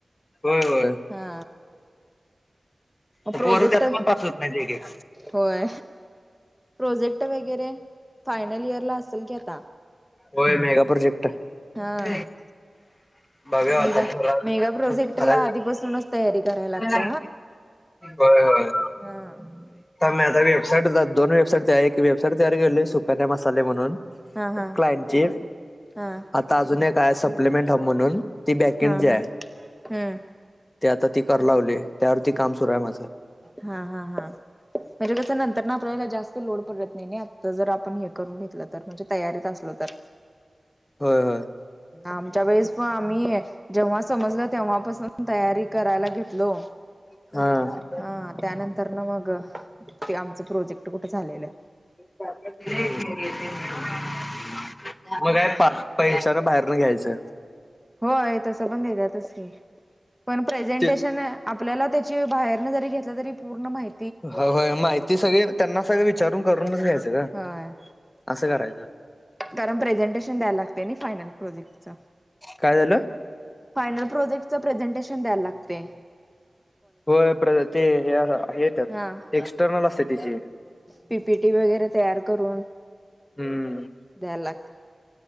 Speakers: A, on the left; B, in the centre.
A: होय होय.
B: हा
A: तर
B: प्रोजेक्ट,
A: पोरं त्यात पण पास होत नाहीत एक एक.
B: होय! प्रोजेक्ट वगैरे फायनल इयर ला असल की आता
A: होय मेगा प्रोजेक्ट होय.
B: हा
A: <unintelligible> <inaudible> बघा
B: मेगा
A: होतय
B: मेगा प्रोजेक्टला
A: काय जरा
B: आधीपासूनच तयारी करायला लागते
A: होय होय
B: हां.
A: मी आता वेबसाईट दोन वेबसाईट तयार एक वेबसाईट तयार केलोय सुकन्या मसाले म्हणून
B: हा हा
A: क्लाइंटची
B: हा
A: आता अजून एक हाय सप्लिमेंट हब म्हणून ती बँकेजी
B: हा हा
A: हाय
B: हम्म
A: ती आता ती करा लागलोय त्यावरती काम सुरू हाय माझं
B: हा हा हा. म्हणजे तस नंतर ना आपल्याला जास्त लोड पडत नाय नय, आता जर आपण हे करून घेतलं तर म्हणजे तयारीत असलो तर
A: होय होय.
B: आमच्या वेळेस पण, आम्ही जेव्हा समजलं तेव्हापासून तयारी करायला घेतलो.
A: हां.
B: हा, त्यानंतरन मग ते आमचं प्रोजेक्ट कुठं झालेलं
A: <unintelligible> म काय पाच पैशान बाहेरन घ्यायचं.
B: होय. तसं पण देत्यातच की पण प्रेझेंटेशन
A: ते
B: आपल्याला त्याची बाहेरन जरी घेतलं, तरी पूर्ण माहि
A: हो होय. माहिती सगळी त्यांना सगळ विचारून करूनच घ्यायचं ग
B: होय
A: असं करायचं.
B: कारण प्रेझेंटेशन द्यायला लागतय. नय फायनल प्रोजेक्टच
A: काय झालं?
B: फायनल प्रोजेक्टच प्रेझेंटेशन द्यायला लागतय.
A: होय. प्रे ते हे ह हे ये त्यात
B: हा
A: एक्स्टर्नल असतय त्याची
B: पी पी टी वगैरे तयार करून
A: हूं
B: द्यायला लाग